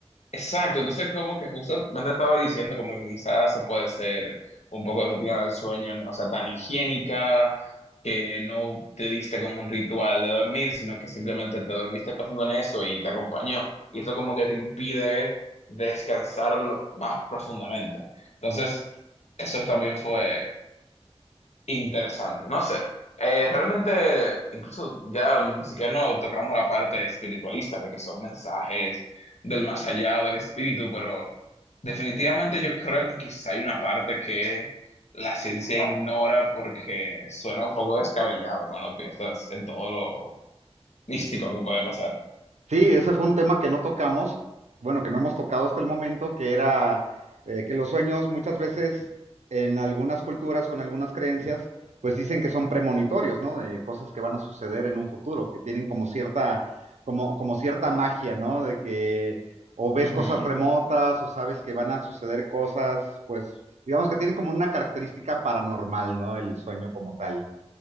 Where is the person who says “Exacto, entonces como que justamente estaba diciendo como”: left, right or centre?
Left